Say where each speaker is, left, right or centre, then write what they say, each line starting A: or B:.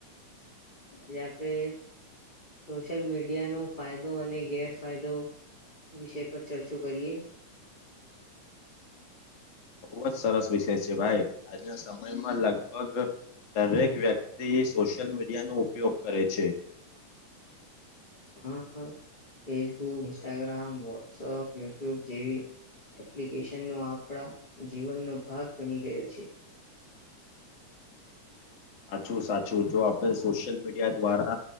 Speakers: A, on the left (about 20°); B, on the left (about 40°).
A: આજે આપણે સોશિયલ મીડિયાનો ફાયદો અને ગેરફાયદો વિષય પર ચર્ચો કરીએ.
B: બહુ જ સરસ વિષય છે ભાઈ આજના સમયમાં લગભગ દરેક વ્યક્તિ સોશિયલ મીડિયાનો ઉપયોગ કરે છે.
A: હ અ ફેસબુક, ઇન્સ્ટાગ્રામ, વોટ્સઅપ, યુટ્યુબ જેવી એપ્લિકેશનનો આપણા જીવનનો ભાગ બની ગયો છે.
B: સાચું, સાચું, જો આપણે સોશિયલ મીડિયા દ્વારા